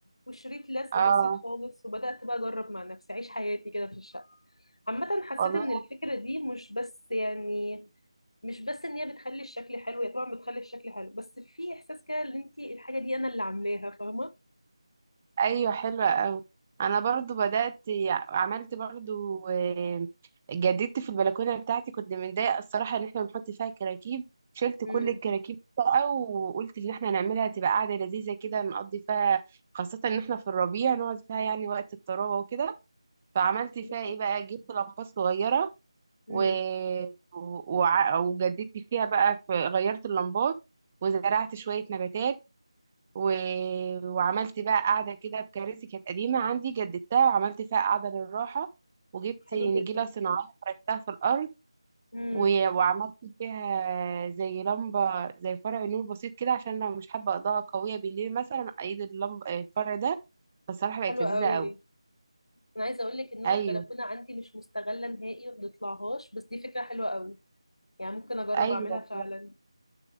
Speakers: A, on the left; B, on the right.
A: وشريط لزق
B: اه
A: بسيط خالص وبدأت بقى اجرب مع نفسي اعيش حياتي كده في الشقة عامة حسيت
B: والله
A: ان الفكرة دي مش بس يعني مش بس ان هي بتخلي الشكل حلو هي طبعا بتخلي الشكل حلو بس في احساس كده ان انت الحاجة دي انا اللي عاملاها فاهمة
B: ايوه حلوه قوي انا برضو بدات عملت برضو آه جددت في البلكونه بتاعتي كنت متضايقه الصراحه ان احنا بنحط فيها كراكيب شلت كل
A: امم
B: الكراكيب بقى وقلت ان احنا نعملها تبقى قاعده لذيذه كده نقضي فيها خاصه ان احنا في الربيع نقعد فيها يعني وقت الطراوه وكده فعملت
A: حلو
B: فيها ايه
A: جدا
B: بقى جبت لمبات صغيره
A: امم
B: و... وع... وجددت فيها بقى في... غيرت اللمبات وزرعت شوية نباتات و... وعملت بقى قاعدة كده بكراسي كانت قديمة عندي جددتها وعملت فيها قاعدة للراحة وجبت
A: حلو
B: نجيلة
A: جدا
B: صناعية فرشتها في الأرض
A: امم
B: و... وعملت فيها زي لمبة زي فرع نور بسيط كده عشان لو مش حابة إضاءة قوية بالليل مثلا أيد اللمبة الفرع ده فالصراحة بقت
A: حلو
B: لذيذة
A: قوي
B: أوي
A: انا عايزه اقول لك ان انا
B: أيوه
A: البلكونه عندي مش مستغله نهائي وما بتطلعهاش بس دي فكره حلوه قوي يعني ممكن اجرب
B: أيوه
A: اعملها فعلا